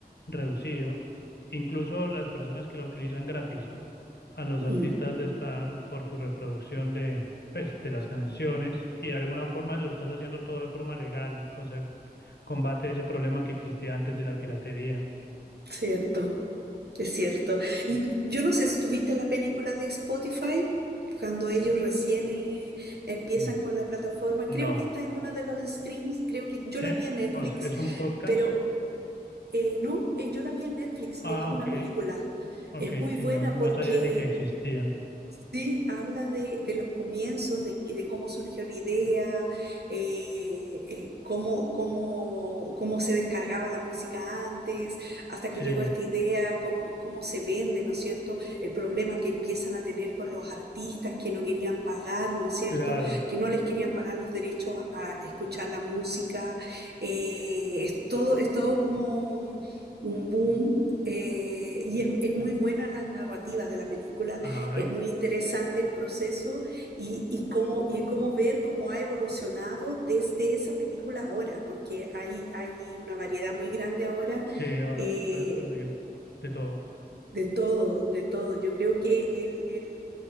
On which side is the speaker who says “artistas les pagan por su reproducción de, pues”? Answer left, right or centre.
Left